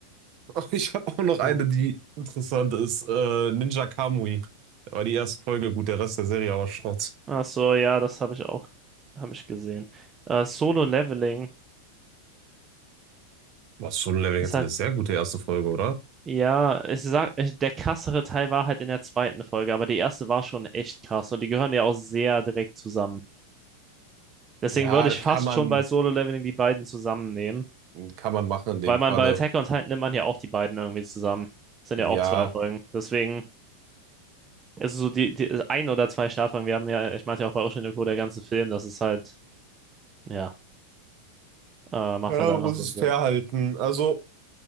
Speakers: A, on the right (about 40°); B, on the right (about 20°).
A: <laughs> Oh, Ich habe auch noch eine,
B: Oh.
A: die interessant ist. Äh, Ninja Kamui. Da war die erste Folge gut, der Rest der Serie aber Schrott.
B: Ach so, ja, das habe ich auch, habe ich gesehen. Äh, Solo Leveling
A: Was schon Level
B: ist
A: jetzt
B: halt,
A: eine sehr gute erste Folge, oder?
B: ja, ich sag, ich, der krassere Teil war halt in der zweiten Folge, aber die erste war schon echt krass und die gehören ja auch sehr direkt zusammen. Deswegen
A: Ja,
B: würde ich
A: kann
B: fast
A: man,
B: schon bei Solo Leveling die beiden zusammennehmen,
A: kann man machen in dem
B: weil man
A: Falle.
B: bei Attack on Titan nimmt man ja auch die beiden irgendwie zusammen. Das sind
A: Ja,
B: ja auch zwei Folgen. Deswegen. Es ist so die, die ein oder zwei Startfragen. Wir haben ja, ich meinte ja auch bei Ocean Echo der ganze Film, das ist halt, ja, äh, macht
A: ja,
B: halt einfach
A: man muss
B: Sinn
A: es
B: so.
A: fair halten. Also,